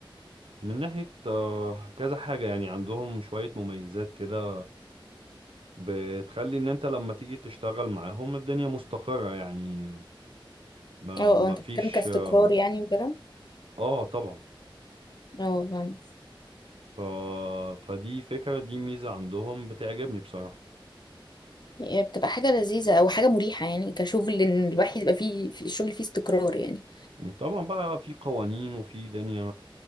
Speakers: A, on the right; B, on the left.
A: من ناحية آه، كذا حاجة يعني عندهم شوية مميزات كده بتخلي ان انت لما تيجي تشتغل معاهم الدنيا مستقرة يعني ما
B: اه
A: ما
B: اه انت
A: فيش
B: بتتكلم كاستقرار
A: اه
B: يعني وكده
A: آه، طبعا
B: اه فاهم
A: ف... فدي فكرة دي ميزة عندهم بتعجبني بصراحة
B: هي بتبقى حاجة لذيذة او حاجة مريحة يعني كشغل ان الواحد يبقى فيه في الشغل فيه استقرار يعني
A: طبعا بقى في قوانين وفي دنيا